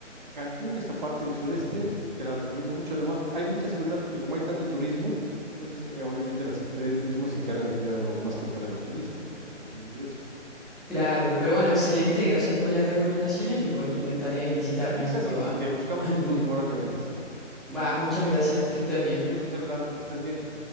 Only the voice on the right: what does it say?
Cancún, esta parte del sureste, te la recomiendo mucho, además hay mucha seguridad porque como hay tanto turismo, entonces eh, obviamente la Secretaría de Turismo se encarga de cuidar lo más que puede a los turistas, ¿no? Porque es un ingreso.
Me avisas
y,
y te buscamos
un tour
ahora que vengas.
Me dio gusto saludarte, que estés bien.